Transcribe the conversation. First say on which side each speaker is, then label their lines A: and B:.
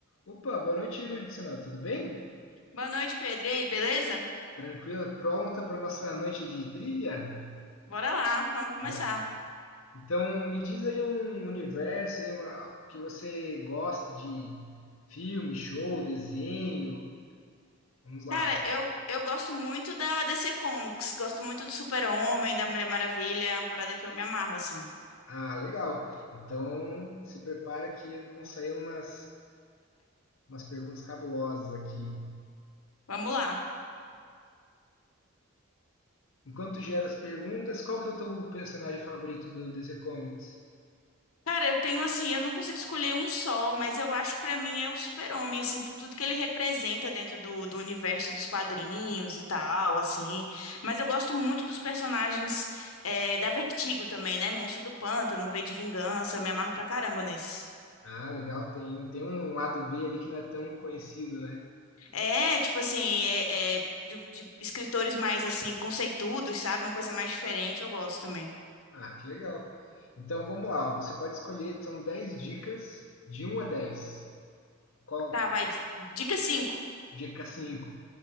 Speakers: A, on the left; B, on the left.
A: Opa, boa noite, Irudson. Tudo bem?
B: Boa noite, Pedro. E aí, beleza?
A: Tranquilo? Pronta para nossa noite de trivia?
B: Bora lá, vamos começar.
A: Bora. Então, me diz aí um universo aí, uma- que você gosta de filme, show, desenho. Vamos lá.
B: Cara, eu, eu gosto muito da DC Comics, gosto muito do Super-Homem, da Mulher Maravilha, é uma parada que eu me amarro, assim.
A: Ah, legal. Então, se prepara que vão sair umas, umas perguntas cabulosas aqui.
B: Vamos lá.
A: Enquanto gera as perguntas, qual que é o teu personagem favorito do DC Comics?
B: Cara, eu tenho assim, eu não consigo escolher um só, mas eu acho que pra mim é o Super-Homem, assim, por tudo que ele representa dentro do, do universo dos quadrinhos e tal, assim. Mas eu gosto muito dos personagens é, da Vertigo também, né? Monstro do Pântano, V de Vingança, eu me amarro pra caramba nesse.
A: Ah, legal. Tem, tem um lado B ali que não é tão conhecido, né?
B: É, tipo assim, é, é de, de escritores mais assim, conceituados, sabe? Uma coisa mais diferente, eu gosto também.
A: Ah, que legal. Então vamos lá, você pode escolher, são dez dicas de um a 10. Qual,
B: Tá, vai. Dica 5.
A: dica 5.